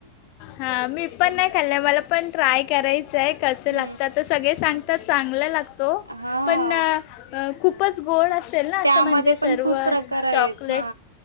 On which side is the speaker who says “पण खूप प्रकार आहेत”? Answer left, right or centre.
Right